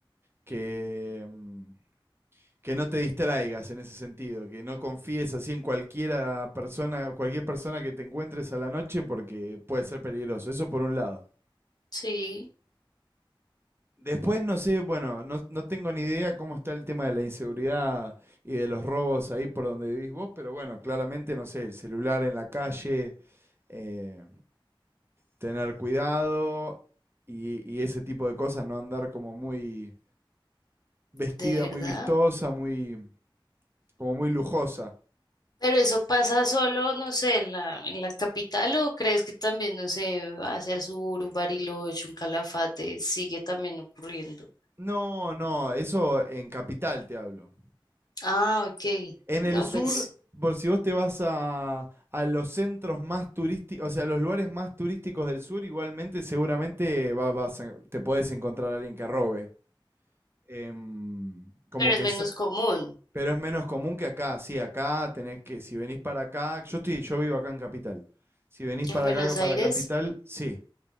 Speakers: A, on the right; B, on the left.
A: que, mm, que no te distraigas en ese sentido, que no confíes así en cualquiera persona, cualquier persona que te encuentres a la noche porque puede ser peligroso. Eso por un lado.
B: Sí,
A: Después no sé, bueno, no, no tengo ni idea cómo está el tema de la inseguridad y de los robos ahí por donde vivís vos, pero bueno, claramente, no sé, el celular en la calle, eh, tener cuidado y, y ese tipo de cosas, no andar como muy vestida,
B: de verdad.
A: muy vistosa, muy, como muy lujosa.
B: Pero eso pasa solo, no sé, en la, en la capital o crees que también, no sé, hacia el sur, un Bariloche, un Calafate, sigue también ocurriendo.
A: No, no, eso en Capital te hablo.
B: Ah, ok.
A: En
B: No,
A: el sur,
B: pues,
A: por si vos te vas a, a los centros más turísticos, o sea, a los lugares más turísticos del sur, igualmente seguramente va- vas a- te podés encontrar a alguien que robe. Em, como
B: pero es
A: que
B: menos
A: es-
B: común.
A: pero es menos común que acá, sí, acá tenés que, si venís para acá, yo estoy, yo vivo acá en Capital. Si venís
B: En
A: para
B: Buenos
A: acá, para
B: Aires.
A: Capital, sí,